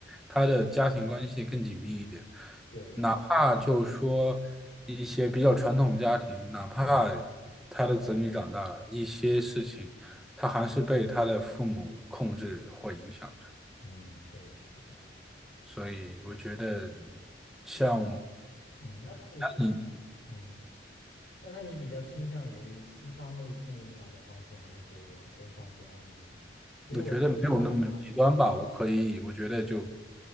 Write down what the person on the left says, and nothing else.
对
嗯，对，是的。
那嗯，那那你嗯，
那那你比较倾向于西方那那样的方式，还是说东方这样的呢？其实我从小到大谈
<laughs> 中